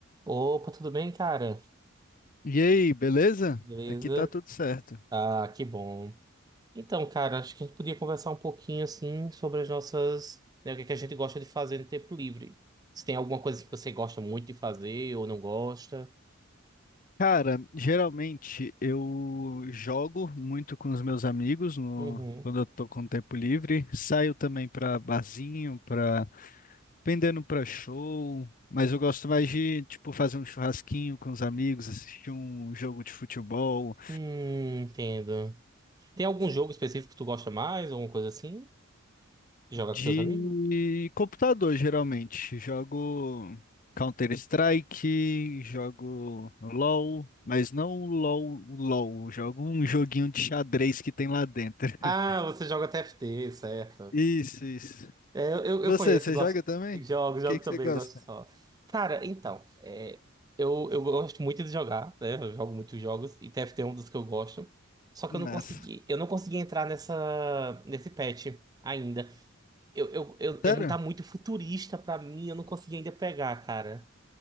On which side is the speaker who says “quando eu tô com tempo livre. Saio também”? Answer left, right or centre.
Left